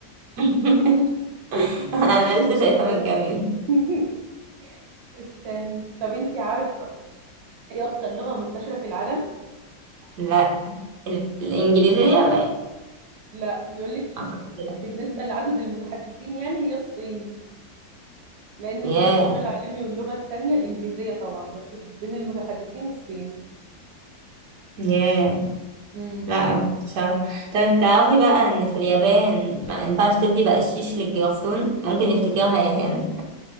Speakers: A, on the right; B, on the right.
A: <laughs> انا لسه شايفاه
B: بجد
A: من كام يوم
B: <laughs> استني طب انت عارفة ايه اكتر لغة منتشرة في العالم
A: لا ال- الانجليزية بقى
B: لا بيقولك
A: أعتقد
B: في-
A: لا.
B: بالنسبة لعدد المتحدثين يعني هي الصيني لأن في
A: ياه
B: الانتشار العالمي واللغة التانية الإنجليزية طبعا بس بين المتحدثين الصين
A: ياه
B: مم.
A: لا ما كنتش عارفة. طب انت تعرفي بقى ان في اليابان ما ينفعش تدي بقشيش للجرسون ممكن يفتكرها اهانة